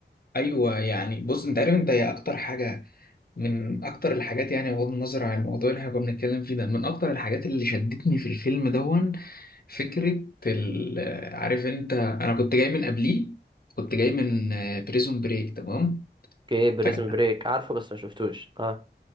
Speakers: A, on the left; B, on the right.
A: ايوه يعني بص انت عارف انت هي اكتر حاجه من اكتر الحاجات يعني بغض النظر عن الموضوع اللي احنا كنا بنتكلم فيه ده من اكتر الحاجات اللي شدتني في الفيلم دون فكرة ال عارف انت انا كنت جاي من قبليه كنت جاي من بريزون بريك تمام
B: اوكي بريزن
A: فكان
B: بريك عارفه بس ما شفتوش اه